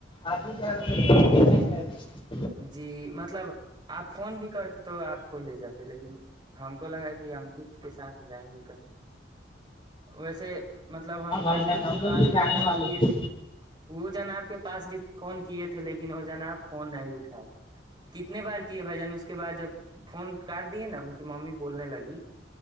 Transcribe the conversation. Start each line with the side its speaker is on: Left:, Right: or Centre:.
Left: آبھی گ نہیں گئے تھے
Right: جی مطلب آپ فون بھی کرتے تو آپ کو لے جاتے لیکن ہم کو لگا کہ انکت کے ساتھ جائیں گے کہیں ویسے مطلب ہم
Left: ہاں بھائی
Right: انکت
Left: جان ہم
Right: کے
Left: لوگ
Right: پاس بھی
Left: جانے
Right: فون
Left: والے
Right: کیے
Left: ہیں
Right: تھے وہ جناب کے پاس بھی فون کیے تھے لیکن وہ جانا اب فون نہیں اٹھ کتنے بار کیے بھائی جان اس کے بعد جب فون کاٹ دیے نا ان کی ممی بولنے لگی